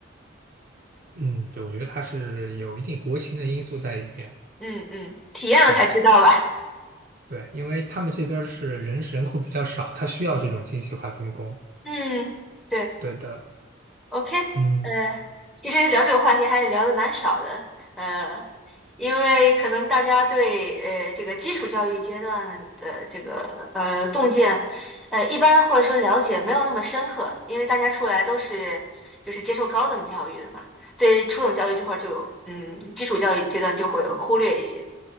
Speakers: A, on the right; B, in the centre.
A: 嗯，对，我觉得它是有一定国情的因素在里面。
B: 嗯嗯，体验了才知道吧。
A: 对对，因为他们这边儿是人人口比较少，它需要这种精细化分工。
B: 嗯，对。
A: 对的，
B: OK，
A: 嗯
B: 呃，其实聊这个话题还是聊的蛮少的，呃，因为可能大家对呃这个基础教育阶段的这个呃洞见，呃一般或者说了解没有那么深刻，因为大家出来都是就是接受高等教育的嘛，对初等教育这块儿就嗯基础教育阶段就会忽略一些，